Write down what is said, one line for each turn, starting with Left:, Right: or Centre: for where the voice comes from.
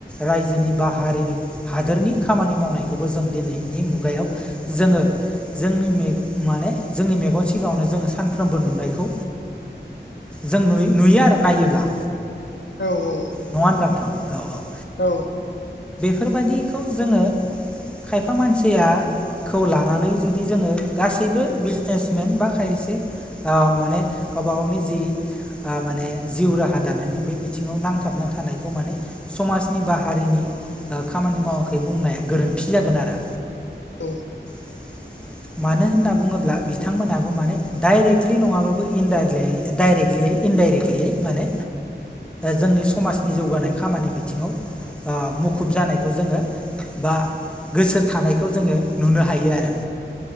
Centre: रायजोनि बा हारिनि हादोरनि खामानि मावनायखौबो जों दिनैनि मुगायाव
Left: उम औ
Centre: जोङो जोंनि माने जोंनि मेगन सिगाङावनो जोङो सानफ्रोमबो नुनायखौ जों नु नुयो आरो नायोब्ला
Left: औ उम औ उम औ औ औ।
Centre: नङा होनब्ला नोंथां औ औ।
Left: औ
Centre: बेफोरबायाददिखौ जोङो खायफा मानसिया खौ लानानै जुदि जोङो गासैबो बिजनेसमेन बा खायसे। माने गावबा गावनि जि माने जिउ राहा दानायनि बे बिथिङाव नांथाबना थानायखौ माने समाजनि बा हारिनि खामानि मावाखै बुंनाया गोरोन्थि जागोन आरो।
Left: औ।
Centre: <inaudible> मानो होनना बुङोब्ला बिथांमोनहाबो माने डाइरेक्टलि नङाबाबो इन डाइरेक्टलियै इनडाइरेक्टलियै माने जोंनि समाजनि जौगानाय खामानि बिथिङावु मुखुब जानायखौ जोङो बा गोसो थानायखौ जोङो नुनो हायो आरो।